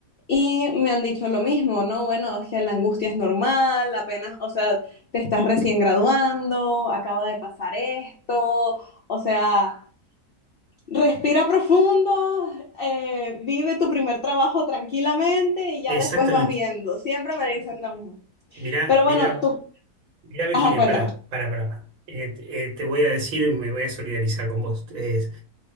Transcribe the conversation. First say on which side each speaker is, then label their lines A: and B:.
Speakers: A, on the left (about 55°); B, on the right (about 60°).
A: y me han dicho lo mismo, ¿no? Bueno, o sea, la angustia es normal, apenas, o sea, te estás recién graduando, acaba de pasar esto, o sea, respira profundo, eh, vive tu primer trabajo tranquilamente y ya
B: exactamente.
A: después vas viendo. Siempre me dicen lo mismo.
B: Mira,
A: Pero
B: mira.
A: bueno, tú,
B: Mirá, Virginia,
A: ajá, cuéntame.
B: pará, pará, pará. pará. Eh, te eh, te voy a decir, me voy a solidarizar con vos, es